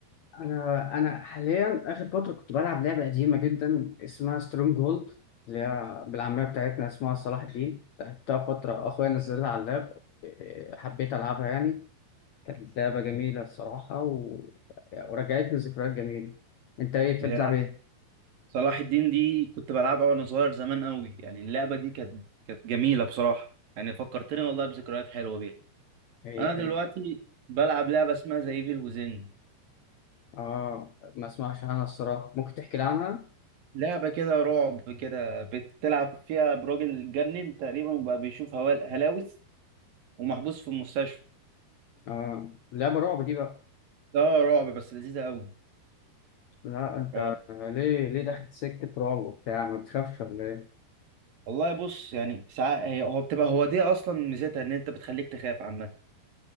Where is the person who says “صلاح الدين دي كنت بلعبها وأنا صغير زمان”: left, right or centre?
Right